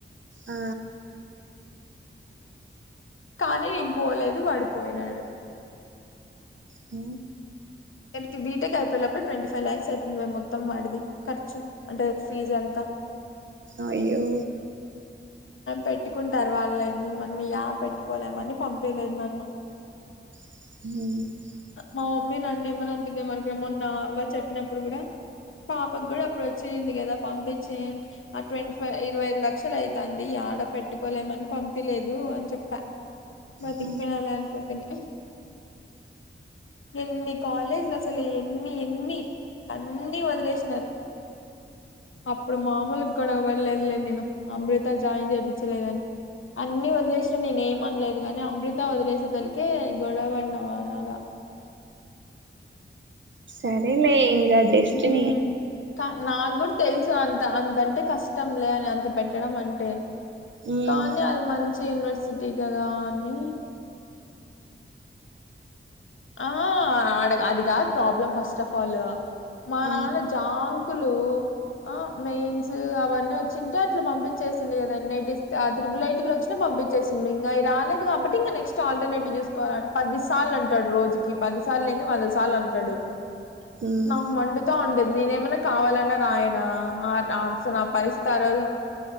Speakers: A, on the right; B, on the left.
A: ఆ
B: కానీ నేను పోలేదు వాడు పోయినాడు
A: హ
B: ఇంతకి బీటెక్ అయిపోయేలోపల ట్వంటీఫైవ్ లాక్స్ అయి ఇంక మొత్తం వాడిది ఖర్చు అంటే ఫీజు అంత
A: అయ్యొ
B: పెట్టుకుంటారు వాళ్లే మనం యాడ పెట్టుకోలేమని పంపిలేదు నన్ను
A: హ
B: మా మమ్మీ నన్నేమన అంటుందేమో అనుకున్న మొన్న అవ్వ చెప్పినప్పుడు కూడా పాపకు కూడా అప్పుడు వచ్చింది కదా పంపించే ఏంటి ఆ ట్వంటీ ఫైవ్ ఇరవై ఐదు లక్షలు అయితాంది ఆడ పెట్టుకోలేమని పంపిలేదు అని చెప్పా బతికిపోయినాంలే
A: హుహు.
B: అనుకుంటుని ఎన్ని కాలేజీలు అసలు ఎన్ని ఎన్ని అన్ని వదిలేసినారు అప్పుడు మామూలుగ గొడవ పడలేదులే నేను అమృత జాయిన్ చేపిచలేదని అన్ని వదిలేసినా నేనే ఏమనలేదు గానీ అమృత వదిలేసే తలకే గొడవ పడిన బాగా
A: సరేలే ఇంక డెస్టిని
B: ఉమ్ కా నాకు కూడా తెలుసు అంత అంతంటే కష్టంలే అని అంత పెట్టడం అంటే
A: హ్మ్.
B: కానీ అది మంచి యూనివర్సిటీ కదా అని ఆ ఆడ అది కాదు ప్రాబ్లం ఫస్ట్ ఆఫ్ ఆల్ మా
A: ఆ!
B: నాన్న జాంగ్ కులు ఆ మెయిన్స్ అవన్నీ వచ్చింటే అట్లా పంపించేసింది కదా ఎన్ఐటి ఆ త్రిబుల్ ఐటీలో వచ్చినా పంబించేసుండే ఇంకా అవి రాలేదు కాబటి ఇంక నెక్స్ట్ ఆల్టర్నేటివ్ చసుకోవాలని పది సార్లు అంటే టాడు రోజుకి పది సార్లు ఎంది వంద సార్లు అంటాడు
A: హ్మ్.
B: నాకు మండుతా ఉండేది నేనేమన్న కావాలన్నా రాయనా అన్సలు నా పరిస్థితి ఆ రోజు